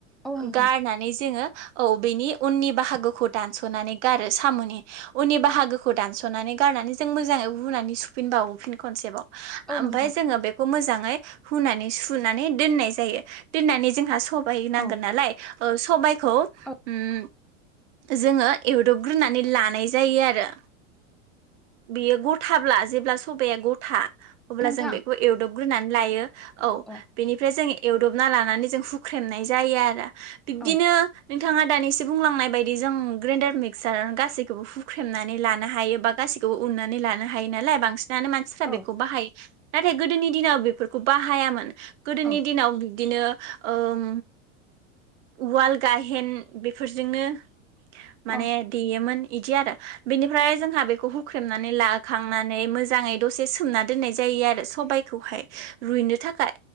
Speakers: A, in the centre; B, on the right.
A: औ नोंथां
B: गारनानै जोङो औ बेनि उननि बाहागोखौ दानस'नानै गारो सामुनि उननि बाहागो- खौ दानस'नानै गारनानै जों मोजाङै हुनानै सुफिनबावो फिन खनसेबाव
A: औ
B: ओमफाय
A: नोंथां
B: जोङो बेखौ मोजाङै हुनानै सुनानै दोननाय जायो। दोननानै जोंहा सबाय नांगोन
A: औ
B: नालाय ओ सबायखौ
A: औ
B: उम जोङो एवदबग्रोनानै लानाय जायो आरो। बेयो गथाब्ला जेब्ला सबाया गथा अब्ला
A: नोंथां
B: जों बेखौ एवदबग्रोनानै लायो
A: अ
B: औ
A: अ
B: बेनिफ्राय जों एवदब- ना लानानै जों हुख्रेमनाय जायो आरो बिबदिनो
A: औ
B: नों- थाङा दानिसो बुंलांनाय बायदि जों ग्रेन्डार मिक्सार गासैखौबो हुख्रेमनानै लानो हायो बा गासै- खौ उननानै लानो हायो नालाय बांसि- नानो मानसिफ्रा
A: औ
B: बेखौ बाहायो नाथाय गोदोनि दिनाव बेफोरखौ बाहायामोन गोदोनि
A: औ
B: दिनाव बिदिनो ओम उवाल गाहेन बेफोरजोंनो माने
A: अ
B: देयोमोन इदि आरो बिनिफ्राय जोंहा बेखौ हुख्रेमनानै ला खांनानै मोजाङै दसे सोमना दोननाय जायो। आरो सबायखौहाय रुइनो थाखाय।